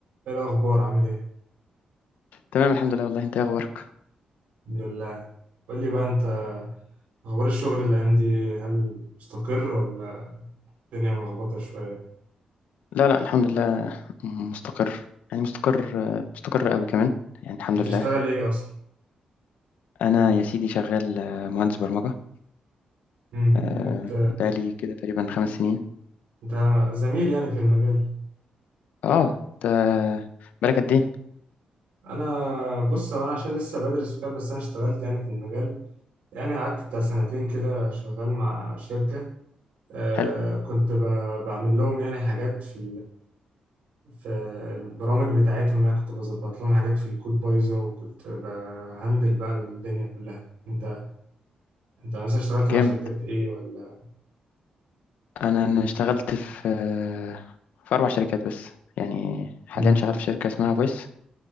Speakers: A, on the right; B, on the left.
A: ايه الاخبار عامل ايه
B: تمام الحمد لله والله انت ايه اخبارك
A: الحمد لله قول لي بقى انت اخبار الشغل الايام دي هل مستقر ولا الدنيا ملخبطه شويه
B: لا لا الحمد لله مستقر يعني مستقر مستقر قوي كمان يعني الحمد
A: هتشتغل
B: لله
A: ايه اصلا
B: انا يا سيدي شغال آه، مهندس برمجة
A: امم
B: آه،
A: وبت...
B: بقالي كده تقريبا خمس سنين
A: انت زميل يعني في المجال
B: اه انت بالك قد ايه
A: انا بص هو انا عشان لسه بدرس وكده بس انا اشتغلت يعني في المجال يعني قعدت بتاع سنتين كده شغال مع شركه آه
B: حلو
A: كنت ب... بعمل لهم يعني حاجات في في البرامج بتاعتهم يعني كنت بظبط لهم حاجات في الكود بايظة وكنت بهندل بقى الدنيا كلها انت انت مثلا اشتغلت مع
B: جامد
A: شركات ايه ولا
B: انا انا اشتغلت في آه، في اربع شركات بس يعني حاليا
A: امم
B: شغال في شركة اسمها فويس